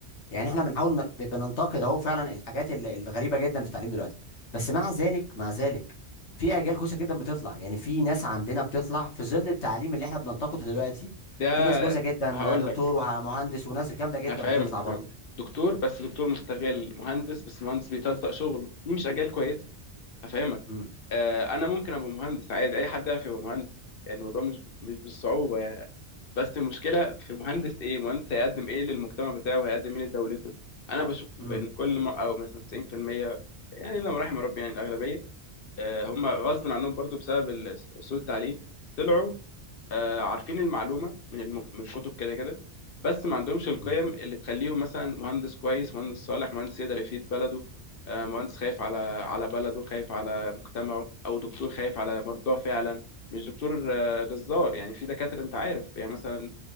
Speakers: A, on the left (about 90°); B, on the left (about 60°).
A: يعني احنا بنحاول ن- ب- بننتقد اهو فعلا الحاجات ال- الغريبه جدا في التعليم دلوقتي بس مع ذلك مع ذلك في اجيال كويسه جدا بتطلع يعني في ناس عندنا بتطلع في ظل التعليم اللي احنا بننتقده دلوقتي
B: ده
A: في ناس كويسه جدا
B: هقول
A: دكتور
B: لك
A: ومهندس وناس جامده جدا
B: هفهمك
A: بتطلع
B: هفهمك
A: برضه
B: دكتور بس دكتور مستغل مهندس بس مهندس بيتلصق شغله دي مش اجيال كويسه هفهمك
A: امم
B: آه انا ممكن ابقى مهندس عادي اي حد يعرف يبقى مهندس يعني الموضوع مش مش بالصعوبه يعني بس المشكله في مهندس ايه مهندس هيقدم ايه للمجتمع بتاعه وهيقدم ايه لدولته انا بشوف
A: امم
B: ان كل ما او مثلا 90% يعني لما رحم ربي يعني الاغلبيه آه، هم غصب عنهم برضو بسبب ال- سوء التعليم طلعوا آه، عارفين المعلومة من المك... من الكتب كده كده بس ما عندهمش القيم
A: امم
B: اللي تخليهم مثلا مهندس كويس مهندس صالح مهندس يقدر يفيد بلده آه، مهندس خايف على على بلده خايف على مجتمعه أو دكتور خايف على مرضاه فعلا مش دكتور آه، جزار يعني في دكاترة أنت عارف يعني مثلا